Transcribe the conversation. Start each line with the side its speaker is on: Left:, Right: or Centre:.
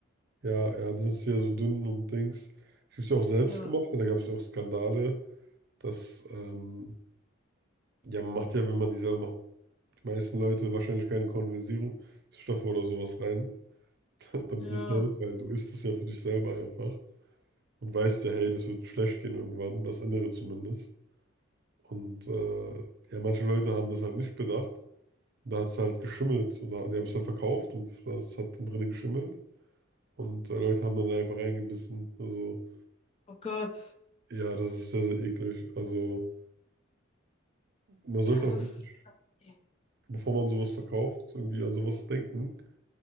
Right: ja, ja, das ist ja so dünn und Dings. Es gibt ja auch selbstgemachte,
Left: Ja,
Right: da gab es ja auch Skandale, dass, ähm, ja, man macht ja, wenn man die selber macht, die meisten Leute wahrscheinlich keine Konservierungsstoffe oder sowas rein, <laughs> damit
Left: ja.
Right: es hält, weil du isst es ja für dich selber einfach und weißt ja, hey, das wird schlecht gehen irgendwann, das Innere zumindest. Und äh, ja, manche Leute haben das halt nicht bedacht. Und da hat es halt geschimmelt. Und da, die haben es halt verkauft und das hat dann drinnen geschimmelt. Und äh, Leute haben dann einfach reingebissen. Also,
Left: Oh Gott.
Right: ja, das ist sehr, sehr eklig. Also, man sollte
Left: Das
Right: auch
Left: ist.
Right: wirklich,
Left: Ja,
Right: bevor man sowas
Left: das ist
Right: verkauft, irgendwie an sowas denken.